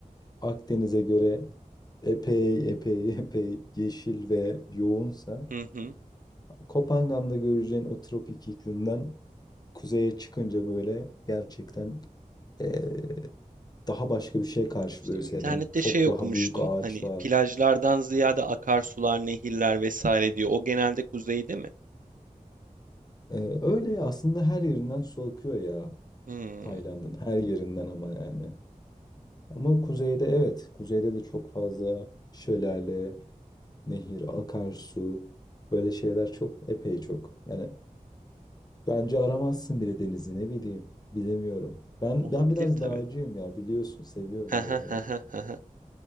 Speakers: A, on the left (about 30°); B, on the right (about 70°).
A: Akdeniz'e göre epey epey <laughs> epey yeşil ve yoğunsa
B: Hı hı.
A: Kopangan'da göreceğin o tropik iklimden kuzeye çıkınca böyle gerçekten eee, daha başka bir şey karşılıyor
B: İşte
A: senin.
B: internette
A: Çok
B: şey
A: daha
B: okumuştum.
A: büyük ağaçlar.
B: Hani plajlardan ziyade akarsular, nehirler vesaire diyor. O genelde kuzeyde mi?
A: Eee, öyle aslında her yerinden su akıyor ya
B: Hmm,
A: Tayland'ın her yerinden ama yani. Ama kuzeyde evet kuzeyde de çok fazla şelale, nehir, akarsu böyle şeyler çok epey çok. Yani bence aramazsın bile denizi ne bileyim. Bilemiyorum. Ben
B: olabilir
A: ben biraz
B: tabii.
A: dağcıyım ya biliyorsun. Seviyorum
B: <laughs>
A: oraları.